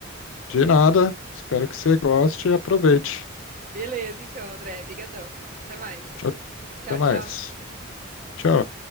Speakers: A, on the left; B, on the right.
A: De nada, espero que você goste e aproveite.
B: Beleza, então, André. Brigadão. Até mais.
A: Tchau,
B: Tchau,
A: até mais.
B: tchau.
A: Tchau.